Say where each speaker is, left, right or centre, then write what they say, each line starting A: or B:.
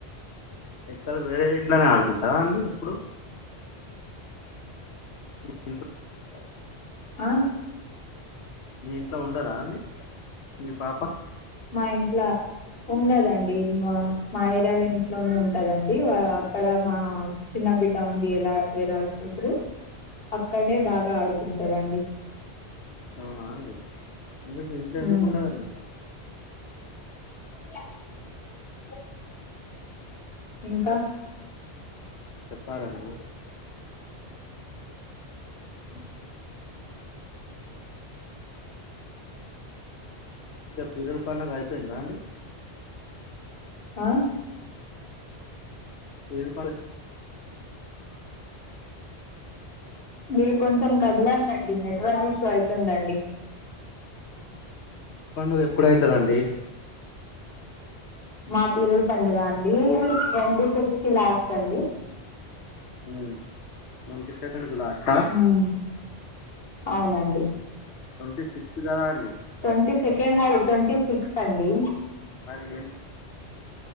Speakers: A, on the left (about 75°); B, on the left (about 60°).
A: ఎక్కలు వేరే ఇంట్లోనే ఆడుకుంటరా అండి ఎప్పుడు <unintelligible>
B: అ
A: మీ ఇంట్లో ఉండదా అండి మీ పాప
B: మా ఇంట్లా ఉండదండి మ మా ఏరియాల ఇంట్లోనే ఉంటదండీ వా అక్కడ మా చిన్న బిడ్డ ఉంది ఎలా ఎరాల కూతురు అక్కడ్నే బాగా ఆడుకుంటదండి
A: అవునా అండి ఎందుకు మీకు ఇంట్లో ఎందుకుంటదండి
B: ఉమ్ <inaudible> ఇంకా
A: చెప్పాలండి అ పీరులు పండగ అయిపోయిందా అండి
B: ఆ
A: పీరు పండ
B: మీరు కొంచెం కదలండండి నెట్వర్క్ ఇష్యూ అయితుందండి
A: పండు ఎప్పుడైతదండి
B: మా పీరులల్ పండుగ అండీ ట్వంటీ సిక్స్ కి లాస్ట్ అండి
A: ఉ టొంటి సెకండ్ కి లాష్టా
B: ఉమ్ అవునండి
A: టొంటీ సిక్స్ గదా అండి
B: టొంటీ సెకండ్ గాదు టొంటీ సిక్స్ అండి
A: మరి